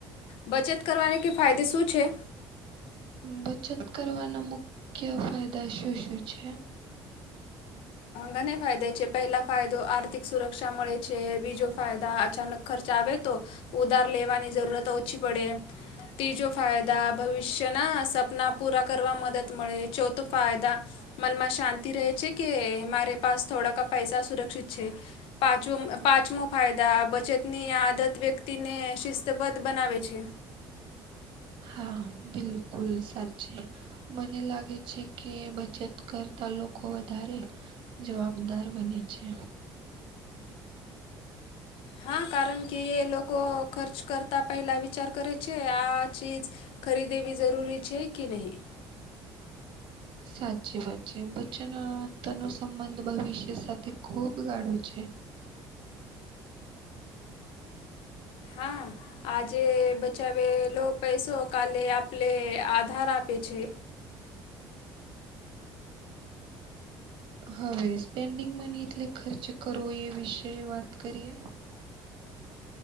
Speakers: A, on the left; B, on the right.
A: બચત કરવાને કે ફાયદે શું છે?
B: બચત કરવાના મુખ્ય ફાયદા શું શું છે?
A: ઘને ફાયદા છે પહેલા ફાયદો આર્થિક સુરક્ષા મળે છે બીજો ફાયદા અચાનક ખર્ચ આવે તો ઉધાર લેવાની જરૂરત ઓછી પડે ત્રીજો ફાયદા ભવિષ્યના સપના પૂરા કરવા મદદ મળે ચોથો ફાયદા મનમાં શાંતિ રહે છે કે મારે પાસ થોડાક પૈસા સુરક્ષિત છે. પાંચમો પાંચમો ફાયદા બચતની આદત વ્યક્તિને શિસ્તબદ્ધ બનાવે છે.
B: હા બિલકુલ સાચી. મને લાગે છે કે બચત કરતા લોકો વધારે જવાબદાર બને છે.
A: હા કારણ કે એ લોકો ખર્ચ કરતા પહેલા વિચાર કરે છે આ ચીજ ખરીદેવી જરૂરી છે કે નહીં
B: સાચી વાત છે બચ્ચેના તેનો સંબંધ ભવિષ્ય સાથે ખૂબ ગાળો છે.
A: હા. આજે બચાવેલો પૈસો કાલે આપલે આધાર આપે છે.
B: હવે સ્પેન્ડિંગ મની એટલે ખર્ચ કરવો એ વિશે વાત કરીએ